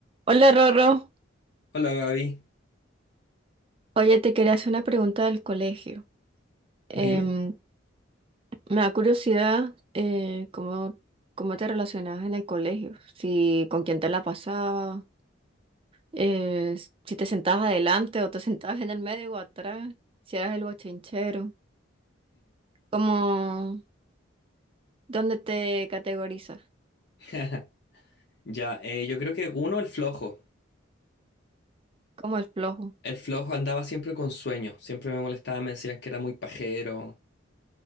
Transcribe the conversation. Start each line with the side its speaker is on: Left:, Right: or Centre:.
Right: Hola Rorro,
Left: Hola Gaby,
Right: oye, te quería hacer una pregunta del colegio. Em,
Left: dime.
Right: me da curiosidad eh, cómo, cómo te relacionabas en el colegio, si con quién te la pasabas, eh, si te sentabas adelante o te <laughs> sentabas en el medio o atrás, si eras el bochinchero, como dónde te categorizas,
Left: <laughs> Ya, eh, yo creo que uno, el flojo.
Right: como el flojo.
Left: El flojo andaba siempre con sueño, siempre me molestaba, me decían que era muy pajero.